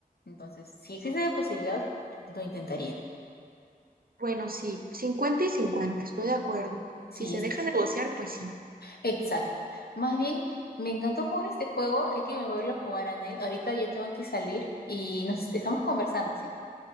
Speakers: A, on the left; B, on the right.
A: Entonces, si existe la posibilidad, lo intentaría.
B: Bueno, sí, 50 y 50, estoy de acuerdo.
A: Sí,
B: Si se deja negociar, pues sí.
A: Exacto. Más bien, me encantó jugar este juego. Hay que volverlo a jugar, Anel. Ahorita yo tengo que salir y nos estamos conversando, ¿sí?